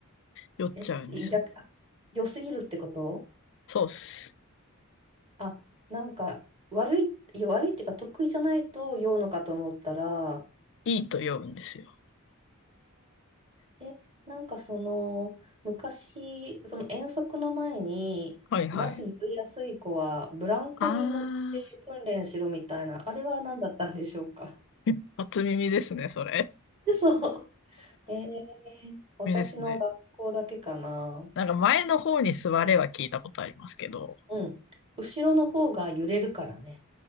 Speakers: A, on the left; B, on the right.
A: 酔っちゃうんですよね。
B: え、逆、良すぎるってこと
A: そうっす。
B: あ、なんか悪い、いや悪いっていうか得意じゃないと酔うのかと思ったら、は
A: いいと読むんですよ。
B: あ、え、なんかその昔、その遠足の前にバス酔いやすい子はブランコに乗って訓練しろみたいな、
A: はいはい。ああ、
B: あれは何だったんでしょうか。
A: <laughs> 初耳ですね、それ。
B: <laughs> 嘘。えー、私の学校だけかな。
A: 耳ですね。なんか前の方に座れは聞いたことありますけど。
B: うん。後ろの方が揺れるからね。